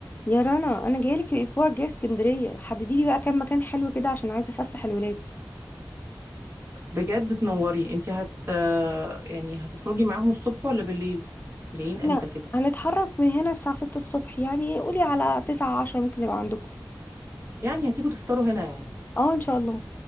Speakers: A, on the left; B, on the right.
A: يا رنا انا جايلك الاسبوع الجاي اسكندريه حددي لي بقى كام مكان حلو كده عشان عايزه افسح الولاد
B: بجد تنوري انت هت يعني هتخرجي معاهم الصبح ولا بالليل جايين
A: احنا
B: امتى كده
A: هنتحرك من هنا الساعه 6 الصبح يعني قولي على 9 10 ممكن نبقى عندكم
B: يعني هتيجوا تفطروا هنا يعني
A: اه ان شاء الله